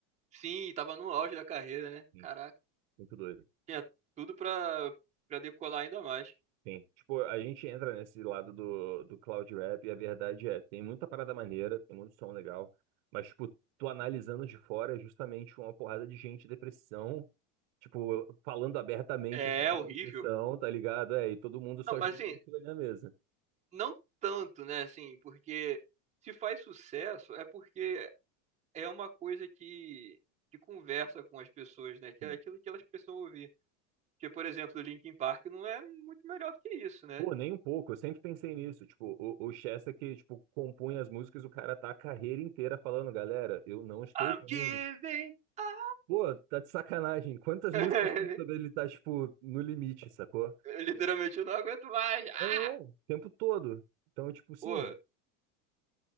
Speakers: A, on the right; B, on the right.
A: Sim, tava no auge da carreira, né?
B: Sim.
A: Caraca.
B: Muito doido.
A: Tinha tudo pra, pra decolar ainda mais.
B: Sim. Tipo, a gente entra nesse lado do, do cloud rap e a verdade é, tem muita parada maneira, tem muito som legal, mas, tipo, tu analisando de fora é justamente uma porrada de gente, depressão, tipo, falando abertamente
A: É
B: sobre
A: horrível.
B: a depressão, tá ligado? É, e todo mundo só
A: Não, mas
B: jogando
A: assim,
B: aquilo ali na mesa.
A: não tanto, né? Assim, porque se faz sucesso é porque é uma coisa que, que conversa com as pessoas, né? Que
B: Sim.
A: é aquilo que elas precisam ouvir. Porque, por exemplo, o Linkin Park não é muito melhor do que isso, né?
B: Pô, nem um pouco. Eu sempre pensei nisso. Tipo, o, o Chester que, tipo, compunha as músicas, o cara tá a carreira inteira falando, galera, eu não estou
A: I'm
B: bem.
A: giving up.
B: Pô, tá de sacanagem. Quantas
A: <laughs>
B: músicas tem sobre ele tá, tipo, no limite, sacou?
A: Literalmente, eu não aguento mais. Ah!
B: É, o tempo todo. Então, tipo, sim.
A: Pô,